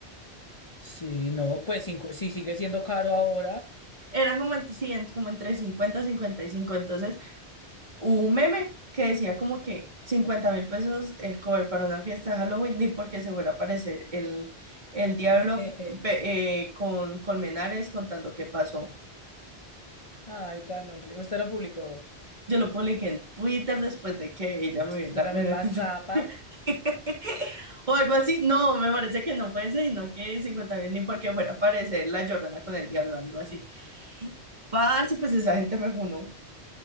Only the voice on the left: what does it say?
sí, no, pues cinco, sí sigue siendo caro ahora.
<laughs>
Ay, tan horrible. Usted lo publicó.
Es
que usted también
más
zapa.